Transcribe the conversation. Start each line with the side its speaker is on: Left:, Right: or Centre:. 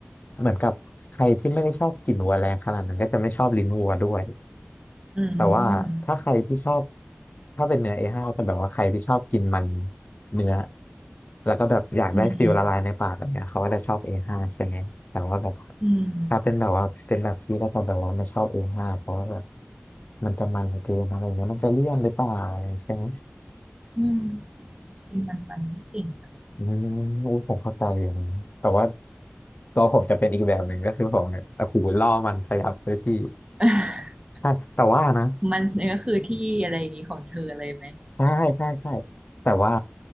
Left: เหมือนกับใครที่ไม่ได้ชอบกลิ่นวัวแรงขนาดนั้นก็จะไม่ชอบลิ้นวัวด้วย
Right: อืม
Left: แต่ว่าถ้าใครที่ชอบถ้าเป็นเนื้อ A5 จะแบบว่าใครที่ชอบกินมันเนื้อแล้วก็แบบอยากได้ฟิลละลายในปากแบบเนี้ยเขาก็จะชอบ
Right: อืมอืม
Left: A5 ใช่ไหมแต่ว่าแบบ
Right: อืม
Left: ถ้าเป็นแบบว่าเป็นแบบพี่ก็จะแบบว่าไม่ชอบ A5 เพราะว่าแบบมันจะมันเกินอะไรเงี้ยมันจะเลี่ยนหรือเปล่าอะไรใช่ไหม
Right: อืมอืมพี่กินกินมันมันไม่เก่งอะ
Left: อืมอุ๊ยผมเข้าใจอยู่นะแต่ว่าตัวผมจะเป็นอีกแบบหนึ่งก็คือผมเนี่ยโอ้โหล่อมันพยับเลยพี่
Right: <laughs>
Left: ใช่แต่ว่านะ
Right: มันเนื้อคือที่อะไรอย่างงี้ของเธอเลยไหม
Left: ใช่ใช่ใช่แต่ว่า